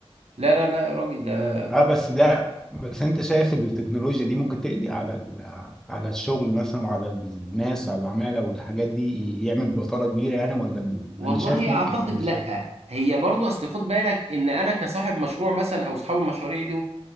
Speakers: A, on the right; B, in the centre.
A: لا لا لا يا راجل ده
B: اه بس ده بس انت شايف إن التكنولوجيا دي ممكن تقضي على ال- على الشغل مثلا وعلى الناس على العمالة والحاجات دي يعمل بطالة كبيرة يعني ولا م-
A: والله
B: انا شايف ممكن
A: اعتقد
B: وانت
A: لا
B: شايف إيه؟
A: هي برضه اصل خد بالك ان انا كصاحب مشروع مثلا او اصحاب المشاريع دي